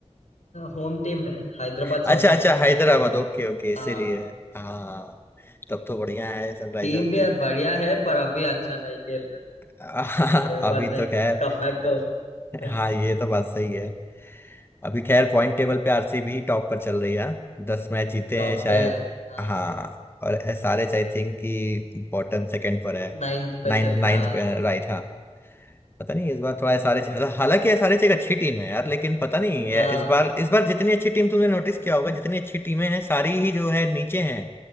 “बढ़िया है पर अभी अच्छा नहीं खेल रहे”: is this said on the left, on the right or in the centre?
Left